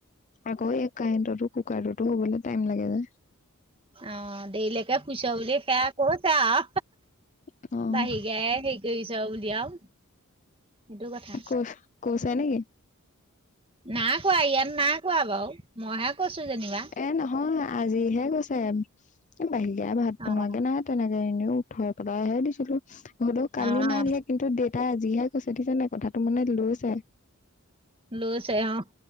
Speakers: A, on the left; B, on the right.
A: আকৌ এক কাৰেণ্টতো কুকাৰতোটো হ'বলৈ ত লাগে যে?
B: অ', দেলৈকে হুইছো বুলি সেয়া কৈছে আউ।
A: অ',
B: বাহি গাই হেৰি কৰিছ বুলি আউ। সেইটো কথা।
A: কৈ কৈছে নেকি?
B: নাই কৰা ইয়াত নাই কৰা বাৰু। মইহে কৈছো যেনিবা।
A: এ নহয় আজিহে কৈছে বাহিগায় ভাত
B: অ'
A: বনোৱাকে নাই তেনেকে যাইনে উঠাই পেলাই হে দিছিলো। হ'লেৌ কালি
B: অ'
A: নাই <unintelligible> কিন্তু দেউতাই আজিহে কৈছে <unintelligible> দিছে নে কথাটো মানে লৈছে।
B: লচ অ',